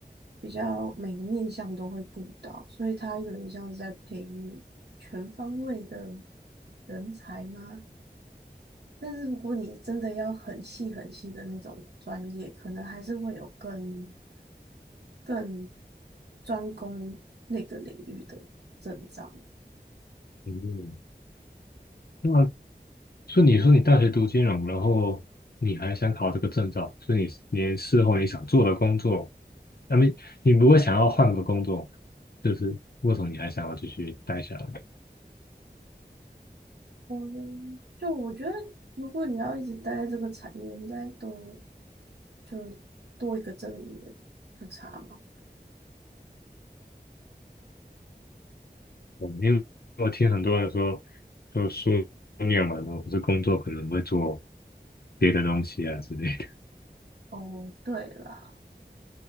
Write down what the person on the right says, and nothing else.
比较每个面向都会顾到，所以他有点像是在培育全方位的人才吗？但是如果你真的要很细很细的那种专业，可能还是会有更更专攻那个领域的证照。
嗯，就我觉得，如果你要一直待在这个产业，应该都就是多一个证明也不差嘛。
哦，对啦。